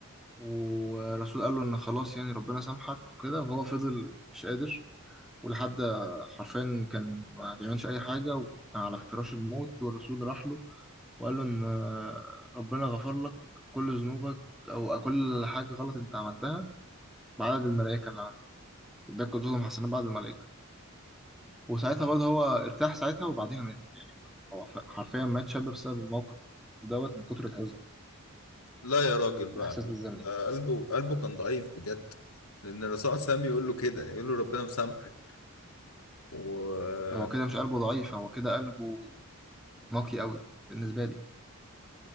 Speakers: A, in the centre; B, on the left.
A: والرسول قال له ان خلاص يعني ربنا سامحك وكده وهو فضل مش قادر ولحد حرفيا كان ما بيعملش اي حاجه وكان على فراش الموت والرسول راح له وقال له ان آه، ربنا غفر لك كل ذنوبك او كل حاجه غلط انت عملتها بعدد الملائكه اللي عنده وده كلهم حسنات بعد الملائكه وساعتها برضه هو ارتاح ساعتها وبعديها مات يعني هو حرفيا مات شاب بسبب الموقف دوت من كتر الحزن
B: لا يا راجل بقى
A: والإحساس بالذنب
B: ده قلبه قلبه كان ضعيف بجد لان الرسول صلى الله عليه وسلم يقول له كده يقول له ربنا مسامحك ويمكن
A: هو كده مش قلبه ضعيف هو كده قلبه واقعي قوي بالنسبه لي